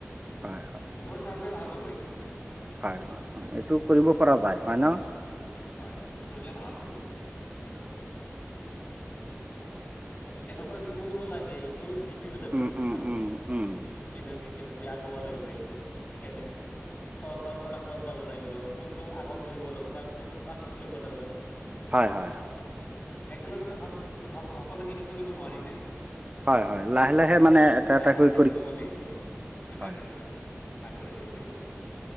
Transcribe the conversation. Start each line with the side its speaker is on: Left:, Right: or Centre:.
Right: হয় হয়
Left: হবৰ কাৰণে ভাল হ'ব এইটো
Right: হয় হয় হয় এইটো কৰিব পৰা যায়! হয় ন?
Left: হয় এইটো কৰিলে ভাল হ'ব। কেনেকুৱা কি কৰিব লাগে এই? তোৰ শিকিব লাগিব
Right: উম উম
Left: আগতে,
Right: উম উম
Left: কেনেকে কেনেকৈ আগাব লাগিব এইটো কেনেক ক কৰ পৰা ক'ত যাব লাগিব, কোনটো আগত কৰিব লাগিব, কাৰ কোনটো পাছত কৰিব লাগিব।
Right: হয় হয় হয়।
Left: একেলগেতো সব সকলোকে এটো কৰিব নোৱাৰি। না
Right: হয় হয় লাহে লাহে মানে এটা এটাকৈ
Left: লাহে লাহে কৰিব লাগিব এটা
Right: হয়
Left: এটা কৈ- আগবাঢ়ি যাব লাগিব।